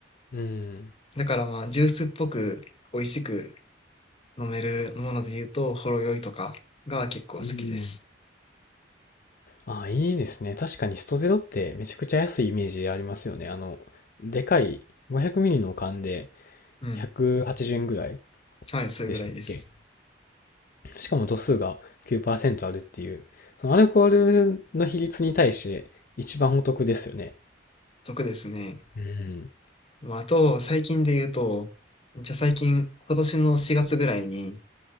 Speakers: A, on the left (about 50°); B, on the left (about 30°).
A: うん、
B: だからまあ、ジュースっぽく美味しく飲めるもので言うと、ほろ酔いとかが結構好きです。
A: うん。ああ、いいですね。確かにストゼロってめちゃくちゃ安いイメージありますよね。あの、でかい 500ml の缶で
B: うん。
A: 180円ぐらい
B: はい、それぐらいです。
A: でしたっけしかも度数が9%あるっていう、そのアルコールの比率に対して一番お得ですよね。
B: 得ですね。
A: うん、
B: まあ、あと、最近で言うと、じゃあ最近、今年の4月ぐらいに、